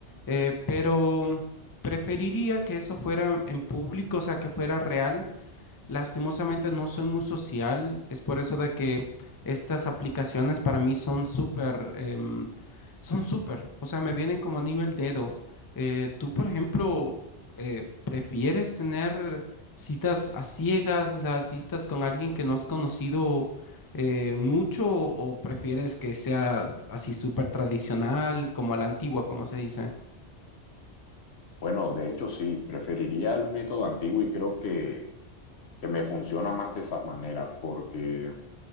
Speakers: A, on the left; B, on the left.
A: eh, pero preferiría que eso fuera en público, o sea, que fuera real Lastimosamente no soy muy social, es por eso de que estas aplicaciones para mí son súper, em, son súper, o sea, me vienen como anillo el dedo. Eh, tú, por ejemplo, eh, ¿prefieres tener citas a ciegas, o sea, citas con alguien que no has conocido eh, mucho o prefieres que sea así súper tradicional, como a la antigua, como se dice?
B: Bueno, de hecho sí, preferiría el método antiguo y creo que, que me funciona más de esa manera porque,